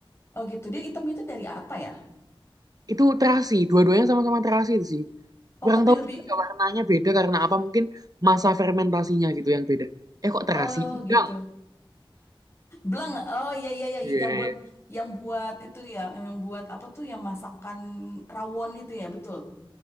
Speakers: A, on the left; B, on the right.
A: Oh gitu. Dia hitam itu dari apa ya?
B: itu terasi dua-duanya sama-sama terasi itu sih
A: Oh,
B: Kurang
A: tapi
B: tahu
A: lebih
B: juga ya warnanya beda karena apa mungkin masa fermentasinya gitu yang beda. Eh kok terasi
A: Oh
B: udang?
A: gitu. Bleng. Oh iya iya iya
B: Iya
A: yang
B: iya.
A: buat
B: iya.
A: yang buat itu ya, yang buat apa tuh yang masakan rawon itu ya, betul.